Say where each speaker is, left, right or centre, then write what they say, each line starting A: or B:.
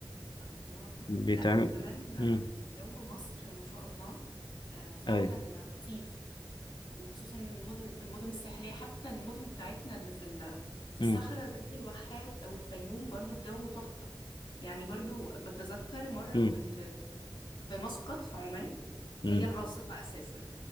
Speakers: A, on the left; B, on the left.
A: الله
B: بيتعمل
A: لا وكمان
B: مم.
A: جو مصر ما شاء الله آه، فعلا
B: أيوه
A: لطيف وخصوصا المدن المدن الساحليه حتى المدن بتاعتنا اللي في ال- في الصحراء
B: مم.
A: زي الواحات او الفيوم برضو الجو تحفه يعني برضو بتذكر مره
B: مم.
A: كنت في مسقط في عمان
B: مم.
A: هي العاصمه اساسا